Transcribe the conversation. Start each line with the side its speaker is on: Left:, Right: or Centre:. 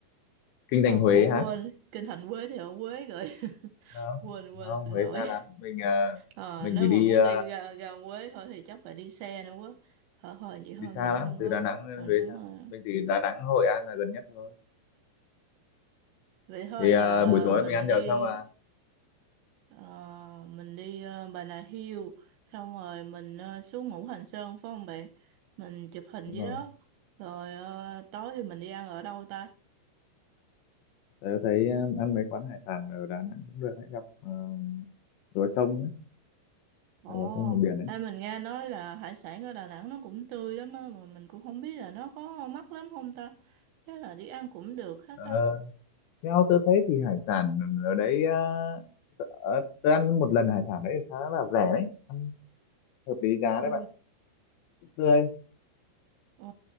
Left: Kinh
Right: ồ
Left: Thành Huế
Right: ủa,
Left: hả
Right: quên Kinh Thành Quế thì ở Quế rồi <laughs>
Left: không
Right: quên quên
Left: không
Right: xin
Left: Huế
Right: lỗi
Left: xa lắm mình à,
Right: Ờ,
Left: mình
Right: nếu
Left: chỉ đi
Right: mà muốn
Left: à,
Right: đi ra, ra Huế thôi thì chắc phải đi xe nữa quá. Thôi thôi vậy thôi
Left: đi xa
Right: mình
Left: lắm
Right: không
Left: từ
Right: có
Left: Đà Nẵng đến
Right: mà nếu
Left: Huế
Right: mà
Left: xa mình thì Đà Nẵng Hội An là gần nhất thôi
Right: vậy thôi
Left: thì
Right: là
Left: à, buổi tối
Right: mình
Left: mình ăn nhậu
Right: đi
Left: xong là
Right: ờ, mình đi ờ, Bà Nà Hills xong rồi mình ờ, xuống Ngũ Hành Sơn phải không bạn? Mình chụp hình
Left: đúng
Right: dưới
Left: rồi
Right: đó. Rồi ờ, tối thì mình đi ăn ở đâu ta?
Left: Tớ thấy um, ăn mấy quán hải sản ở Đà Nẵng cũng được hãy gặp um, lúa sông ấy,
Right: Ồ,
Left: là lúa sông miền biển ấy.
Right: đây mình nghe nói là hải sản ở Đà Nẵng nó cũng tươi lắm á mà mình cũng không biết là nó có mắc lắm không ta. Chắc là đi ăn cũng được hết
Left: Ờ,
Right: ta.
Left: theo tớ thấy thì hải sản ở đấy uh, tớ, ờ, tớ ăn một lần hải sản đấy khá là rẻ đấy, ăn hợp lý giá
Right: Ừ.
Left: đấy bạn, cũng tươi
Right: Ồ,